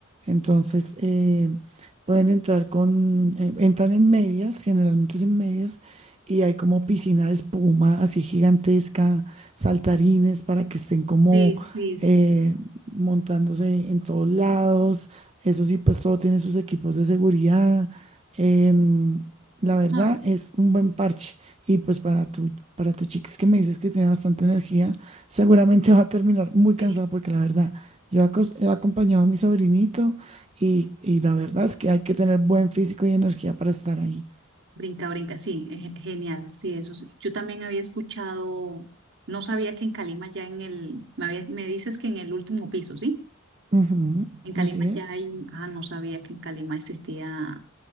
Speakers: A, on the right; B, on the right.
A: Entonces, eh, pueden entrar con, eh, entran en medias, generalmente es en medias, y hay como piscina de espuma así gigantesca, saltarines para que estén como...
B: Sí, sí, sí.
A: eh, montándose en todos lados, eso sí, pues todo tiene sus equipos de seguridad. em, la verdad
B: Ay,
A: es un buen parche. Y pues para tu, para tu chica, es que me dices que tiene bastante energía, seguramente va a terminar muy cansada
B: sí.
A: porque la verdad, yo acos- he acompañado a mi sobrinito y, y la verdad es que hay que tener buen físico y energía para estar ahí.
B: Brinca, brinca, sí, es genial, sí, eso sí. Yo también había escuchado, no sabía que en Calima ya en el, me, había- me dices que en el último piso, ¿sí?
A: Ujú,
B: En Calima
A: así es.
B: ya hay un, ah, no sabía que en Calima existía,